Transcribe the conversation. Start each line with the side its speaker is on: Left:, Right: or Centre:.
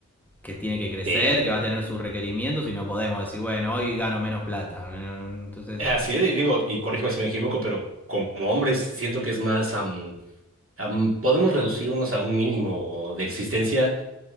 Centre: que tiene que crecer,
Right: Sí. eh,
Centre: que va a tener sus requerimientos y no podemos decir, bueno, hoy gano menos plata. Entonces,
Right: Así es, y digo, y corrígeme si me equivoco, pero como hombres siento que es más, am, am, podemos reducirnos a un mínimo de existencia